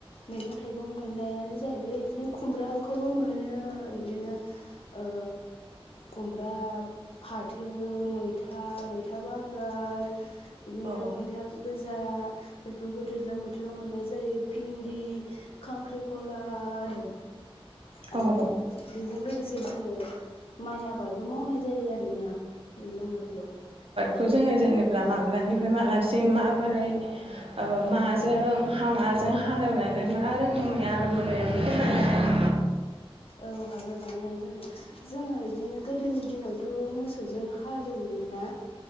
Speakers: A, on the left; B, on the right.
A: मैगं थाइगं मोननायानो जाहैबाय बिदिनो खुमब्राखौबो मोनो बिदिनो ओ खुमब्रा फाथो मैथा मैथा बांगाल बिदिनो
B: औ
A: मैथा गोजा बेफोरखौ दैज्लां बोथोराव मोननाय जायो भिन्दि खांख्रिखला आरो
B: औ
A: आरो
B: औ
A: बेजों लोगोसे जोङो माइ आबादबो मावनाय जायो आ आरो ना दैज्लां बोथोराव
B: खौ जोङो जेनेबा माब्लानिफ्राय मालासिम माबोरै ओ माजों माजों हालेवनानै मा रोखोमै आबाद मावनाय जायो बेखौ फोरमाय <inaudible>
A: औ हागोन मानो हाया जानो जोङो बिदिनो गोदोनि दिनावथ' मोसौजों हालौ मोन ना